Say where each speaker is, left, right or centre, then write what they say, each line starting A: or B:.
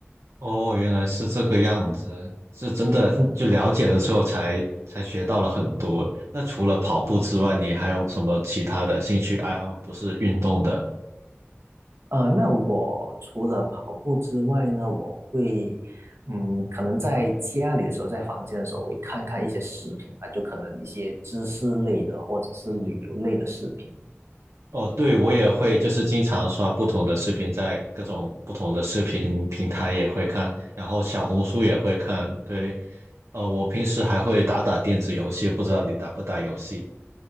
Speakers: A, on the right (about 85°); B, on the right (about 70°).
A: 哦，原来是这个样子，是真的就了解了之后才才学到了很多。
B: 嗯，
A: 那除了跑步之外，你还有什么其他的兴趣爱好？不是运动的？
B: 呃，那我除了跑步之外呢，我会，嗯，可能在家里的时候，在房间的时候，我会看看一些视频吧，就可能一些知识类的或者是旅游类的视频。
A: 哦，对，我也会，就是经常刷不同的视频，在各种不同的视频平台也会看，然后小红书也会看。对，呃，我平时还会打打电子游戏，不知道你打不打游戏？